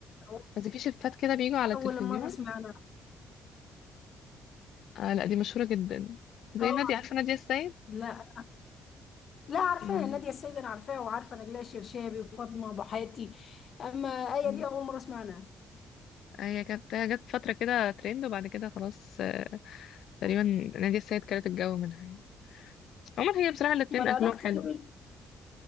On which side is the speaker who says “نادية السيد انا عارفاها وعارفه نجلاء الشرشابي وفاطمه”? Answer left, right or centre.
Left